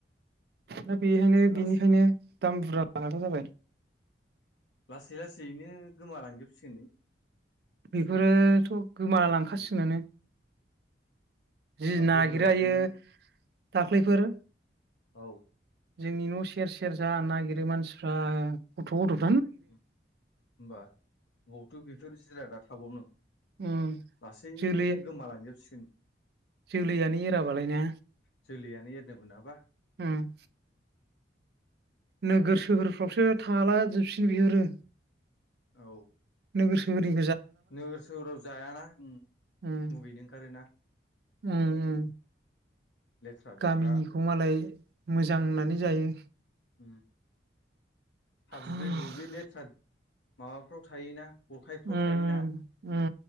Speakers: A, on the right; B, on the left.
A: दा बेहायनो
B: लासै
A: बेनिखायनो दाम बुरजा लाग्रा जाबाय
B: लासै लासैनो गोमालांजोबसिगोन नै बिसोर
A: बेफोरोथ' गोमालांखासिगनो
B: बेफोर
A: जि
B: आरो
A: नागिरायो
B: बोरबोलाखौनो
A: आयै दाख्लैफोर
B: औ
A: जोंनि न' सेर सेर जा नागिरो मानसिफ्रा गथ' गथ'
B: होमबा बावथ' बेफोर जिरादा थाबावनो
A: उम
B: लासैनो
A: जोलै
B: गोमालांजोबसिगोन
A: जोलैयानो एराबालाय ने
B: जोलैयानो एरनो मोनाबा
A: ओम नोगोर सोहोरफ्रावसो थाला जोबसिगोन बिसोरो
B: औ
A: नोगोर सोहोरनि
B: नोगोर सोहोराव जायाना ओम
A: उम
B: मुगैनो ओंखारोना
A: उम उम
B: लेथ्रा
A: गामिनिखौ
B: जाग्रा
A: मालाय मोजां होननानै जायो
B: ओम हाब्रु
A: उम
B: दैब्रु बे लेथ्रा माबाफ्राव थायोना गरखायफ्राव
A: उम
B: थायोना
A: उम